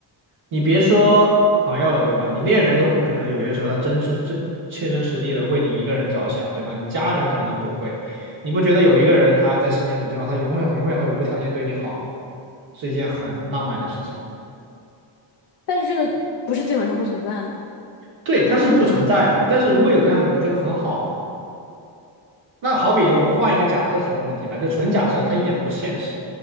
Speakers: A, on the right; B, on the left.
A: 你别说朋友了，对吧？你恋人都不可能，有些时候他真是真切身实地的为你一个人着想，对吧？你家人可能都不会，你不觉得有一个人他在世界上，你知道他永远永远会无条件对你好，是一件很浪漫的事情吗？
B: 但是这个不是基本上不存在吗？
A: 对，他是不存在嘛。但是如果有这样你不觉得很好吗？那好比我们换一个假设性的问题吧，就纯假设，它一点都不现实。